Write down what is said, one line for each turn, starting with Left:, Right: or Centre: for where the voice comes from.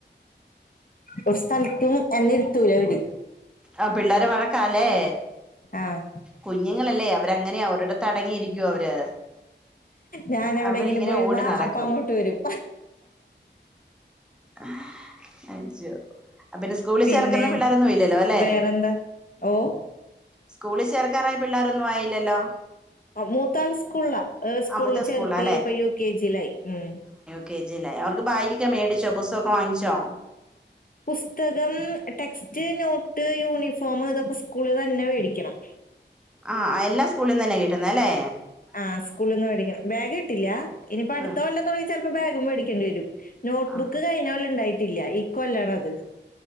Left: ഒരു സ്ഥൽത്ത് എന്നെരുത്തൂല ഇവര്.
Centre: ആ പിള്ളോര് വഴക്കാല്ലേ
Left: ആഹ്
Centre: കുഞ്ഞുങ്ങളല്ലേ അ. അവരങ്ങനെയാ ഒരിടത്തടങ്ങിയിരിക്കോ അവര്.
Left: ഞാനനെവിടെങ്കിലും
Centre: അവരിങ്ങനെ
Left: പോയിരുന്ന
Centre: ഓടി നടക്കും
Left: അപ്പ അങ്ങോട്ട് വരും.
Centre: ആഹ്. അജോ അപിന്നെ സ്കൂളിൽ
Left: പിന്നെ
Centre: ചേർക്കുന്ന പിള്ളോരൊന്നും ഇല്ലല്ലോ ല്ലേ?
Left: വേറെന്താ ഓ
Centre: സ്കൂളി ചേർക്കാറായ പിള്ളോരൊന്നും ആയില്ലല്ലോ?
Left: അ മൂത്താൾ സ്കൂൾളാ ഏ സ്കൂളി
Centre: ആ മൂത്ത
Left: ചേർത്തി
Centre: സ്കൂളാ
Left: ഇപ്പ യു കെ ജിയിലായി ഉം.
Centre: കേ ജിലായി അവർക്ക് ബാഗിയൊക്കെ മേടിച്ചോ ബുസ്തൊക്കെ വാങ്ങിച്ചോ?
Left: പുസ്തകം ടെക്സ്റ്റ്, നോട്ട്, യൂണിഫോം ഇതൊക്കെ സ്കൂളിലന്നെ വേടിക്കണം.
Centre: ആഹ് എല്ലാ സ്കൂളിന്നന്നെ കിട്ടുന്നെല്ലേ.
Left: ആഹ സ്കൂളിന്ന് മേടിക്കണം ബാഗ് കിട്ടില്ല ഇനിപ്പ അടുത്ത
Centre: ഉം
Left: കൊല്ലം തൊട്ങ്ങി ചെലപ്പോ ബാഗും മേടിക്കേണ്ടി വരും. നോട്ട്ബുക്ക്
Centre: ആ
Left: കഴിഞ്ഞ കൊല്ലം ഉണ്ടായിട്ടില്ല ഇക്കൊല്ലാണത്.